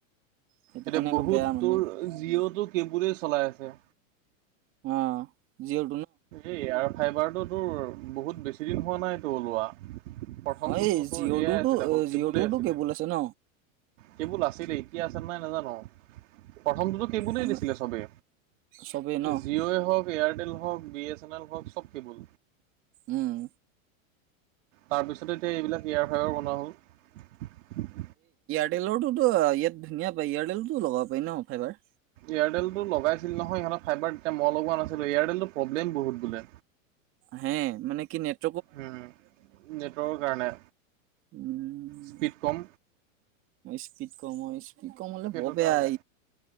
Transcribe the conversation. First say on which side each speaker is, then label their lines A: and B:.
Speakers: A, on the right; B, on the right.
A: সেইটো
B: এতিয়া
A: কাৰণে
B: বহুত
A: আকৌ বেয়া মানে
B: তোৰ জিঅ'টো কেবোলে চলাই আছে।
A: অ' জিঅ'
B: এই এয়াৰ ফাইবাৰটো তোৰ বহুত বেছি দিন হোৱা নাইতো ওলোৱা। প্ৰথমটোতো
A: অ এই
B: তোৰ
A: জিঅ'টোতো
B: এয়াই আছিলে অকল কেবুলই
A: জিঅ'টোতো
B: আছিলে।
A: কেবুল আছে ন
B: কেৱল আছিলে এতিয়া আছে নাজানো। প্ৰথমটো কেবলেই
A: আমাৰ
B: দিছিলে চবে
A: চবেই ন
B: জিঅ' এ হক। এয়াৰটেল হওক বি এছ এন এল হওক চব কেবল।
A: উম।
B: তাৰপিছতে এতিয়া এইবিলাক এয়াৰফাইবাৰ বনোৱা হ'ল।
A: এয়াৰটেলৰোতো ইয়াত ধুনীয়া পায় এয়াৰটেলতো লগাব পাৰি ন ফাইবাৰ।
B: এয়াৰটেলটো লগাইছিল নহয় ইহঁতে ফাইবাৰ তেতিয়া মই লগোৱা নাছিলোঁ এয়াৰটেলটো প্ৰব্লেম বহুত বোলে।
A: হে মানে কি নেট।
B: উম নেটৱৰ্কৰ কাৰণে।
A: উম
B: স্পীড কম।
A: স্পীড কম অ স্পীড কম হলে
B: সেইটো
A: বৰ বেয়া
B: কাৰণে।